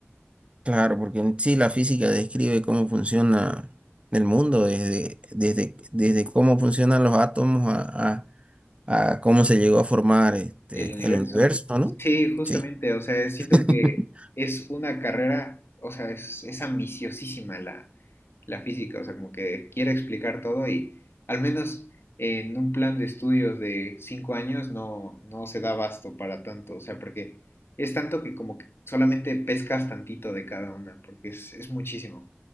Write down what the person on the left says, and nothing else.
El universo.
Sí, justamente,
o sea, siento
que es una carrera, o sea, es, es ambiciosísima la, la física, o sea, como que quiere explicar todo y al menos en un plan de estudios de cinco años no, no se da abasto para tanto, o sea, porque es tanto que como que solamente pescas tantito de cada una, porque es, es muchísimo,